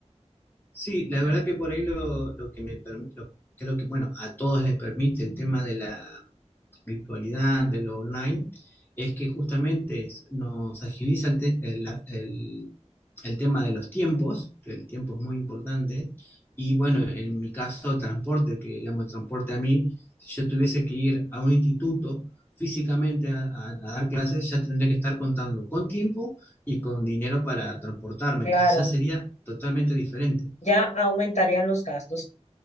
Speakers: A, on the left (about 15°); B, on the left (about 75°).
A: Sí, la verdad que por ahí lo, lo que me permite, creo que bueno, a todos les permite el tema de la virtualidad, de lo online, es que justamente es- nos agiliza el, te- el- el- el tema de los tiempos, que el tiempo es muy importante, y bueno, en mi caso el transporte, que digamos el transporte a mí, si yo tuviese que ir a un instituto físicamente a, a- a dar clases, ya tendría que estar contando con tiempo y con dinero para transportarme,
B: Claro,
A: entonces ya sería totalmente diferente.
B: ya aumentarían los gastos.